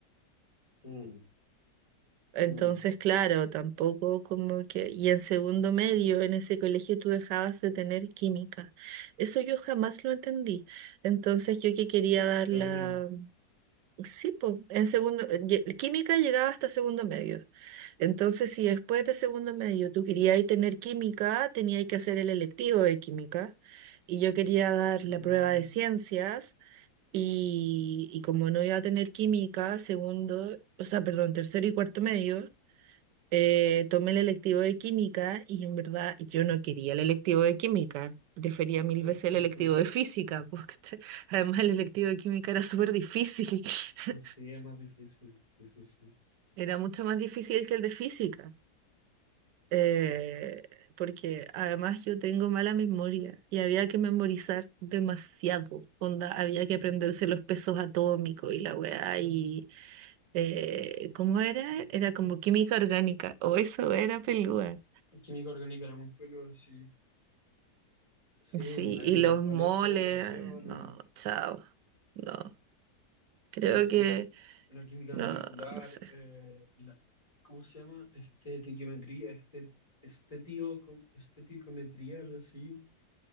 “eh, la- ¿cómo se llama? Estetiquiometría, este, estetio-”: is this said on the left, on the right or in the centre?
Left